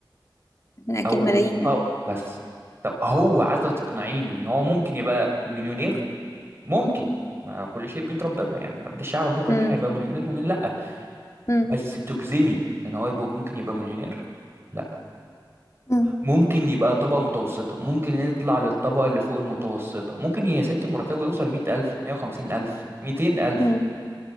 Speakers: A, on the left; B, on the right.
A: احنا اكيد
B: او
A: ملايين
B: طب
A: يعني
B: بس طب هو عايز تقنعيني ان هو ممكن يبقى مليونير ممكن ما كل شيء بيد ربنا يعني محدش يعرف بكره
A: مم.
B: مين هيبقى مليونير ومين لا
A: مم.
B: بس تجزمي ان هو يبقى ممكن يبقى مليونير لا
A: مم.
B: ممكن يبقى طبقة متوسطة ممكن يطلع للطبقة اللي فوق المتوسطة ممكن يا ست مرتبه يوصل مية ألف مية وخمسين ألف ميتين ألف
A: مم.